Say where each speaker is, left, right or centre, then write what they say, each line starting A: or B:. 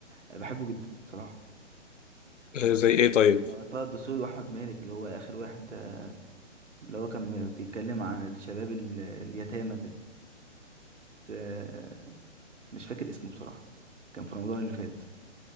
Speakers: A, on the right (about 75°); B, on the left (about 80°).
A: ب- بحبه جدا بصراحه
B: آه، زي ايه طيب
A: اللي هو طه الدسوقي واحمد مالك اللي هو اخر واحد آه، اللي هو كان بيتكلم عن الشباب ال- اليتامى ده بس، آه، مش فاكر اسمه بصراحه كان في رمضان اللي فات